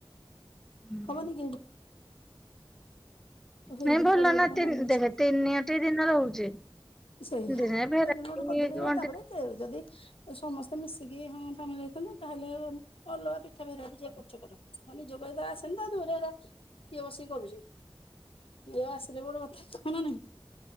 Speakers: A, in the centre; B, on the left.
A: ହୁଁ
B: ହବ ନିକି। ଓଃ ହେଇ
A: ନାଇଁ
B: ଦିନ
A: ଭଲ
B: କରିବ ବୋଲି
A: ନା
B: କଣ
A: ତିନି
B: ମାନେଅଛି।
A: ଦେଖେ ତିନିଟି ଦିନ ରହୁଛି
B: ସେଇଆ
A: ଦିନେ ଭେରାଇଟି
B: ତ ଗୋଟେ କରିଦିନେଇବା
A: କଣଟି
B: ତାପରେ ଯଦି। ସମସ୍ତେ ମିଶିକି ହଁ ଫାମିଲ ଯାଇଛନ୍ତି ତାହେଲେ ଆଉ। ଅଲଗା ପିଠା ଫ ଯିଏ କରୁଛ କର ନିଜ କହି ତ ଆସନିତା ଦୂରେଇଟା କିଏ ବସିକି କରୁଛି। ଏ ଆସିଲେ ବୋଟେ କଥା ହଁ ନା ନାହିଁ।